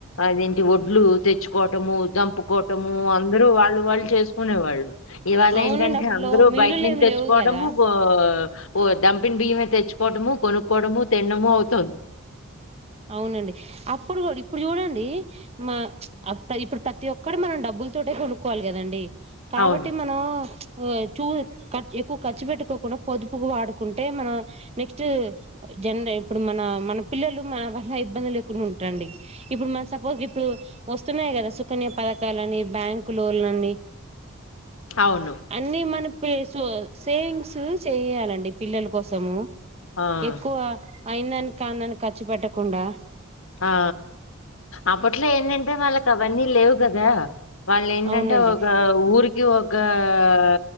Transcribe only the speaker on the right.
అవునండి
అప్పుట్లో
మిల్లులు
ఏమి
లేవు కదా
అవునండి అప్పుడు కూడా ఇప్పుడు చూడండి మా ఇప్పుడు ప్రతి ఒక్కటి మనం డబ్బుల తోటే కొనుక్కోవాలి కదండి కాబట్టి
మనం చ్ చూ ఎక్కువ ఖర్చు పెట్టుకోకుండా పొదుపు వాడుకుంటే మనం నెక్స్ట్ జన ఇప్పుడు మన మన పిల్లలు మన వాల్ల ఇబ్బంది లేకుండా ఉంటాండి ఇప్పుడు మన సపోజ్ ఇప్పుడు వస్తున్నాయి కదా సుకన్య పథకలు అని బ్యాంకు లోన్ల అని
అన్నీ మన మీ స సేవింగ్స్ చెయయాలండి పిల్లల కోసము
ఎక్కువ అయిందాని కాందన్ కచ్చి పెట్ కుండా
అవునండి